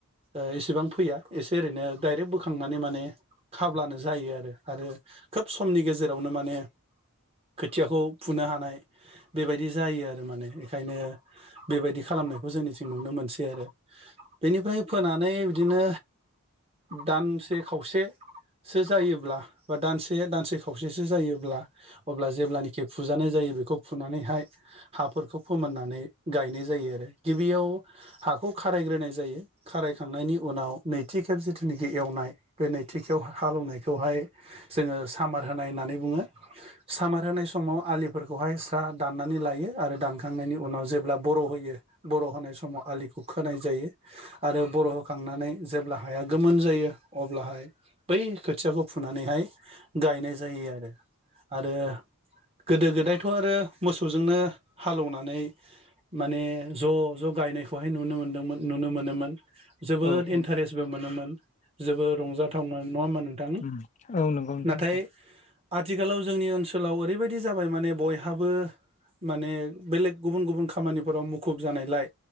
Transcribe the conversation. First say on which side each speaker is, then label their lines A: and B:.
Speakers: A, on the right (about 25°); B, on the left (about 30°).
A: ओ इसेबां फैया एसे ओरैनो दायरेक्ट बोखांनानै माने खाब्लानो जायो आरो आरो खोब समनि गेजेरावनो माने खोथियाखौ फुनो हानाय बेबायदि जायो आरो माने बेखायनो बेबायदि खालामनायखौ जोंनिथिं नुनो मोनसै आरो बेनिफ्राय फोनानै बिदिनो दानसे खावसे सो जायोब्ला बा दानसे दानसे खावसेसो जायोब्ला अब्ला जेब्लानखि खे फुजानाय जायो बेखौ फुनानैहाय हाफोरखौ फोमोननानै गायनाय जायो आरो गिबियाव हाखौ खारायग्रोनाय जायो खारायखांनायनि उनाव नैथि खेब जिथुनाखि एवनाय बे नैथि खेब हालनायखौ जों सामार होनाय होननानै बुङो सामार होनाय समाव आ फोरखौहाय स्रा दाननानै लायो आरो दानखांनायनि उनाव जेब्ला बर' होयो बर' होनाय समाव आलि खोनाय जायो आरो बर' होखांनानै जेब्ला हाया गोमोन जायो अब्लाहाय बै खोथियाखौ फुनानैहाय गायनाय जायो आरो आरो गोदो गोदायथ' आरो मोसौजोंनो हालेवनानै माने ज' ज' गायनायखौहाय नुनो मोनदोंमोन नुनो मोनोमोन जोबोद
B: औ
A: इन्टारेस्टबो
B: औ
A: मोनोमोन जेबो रंजाथावमोन नङा होमबा नोंथां
B: उम औ नंगौ नोंथां
A: नाथाय
B: नंगौ
A: आथिखालाव जोंनि ओनसोलाव ओरैबायदि जाबाय माने बयहाबो माने बेलेग गुबुन गुबुन खामानिफोराव मुखुब जानायलाय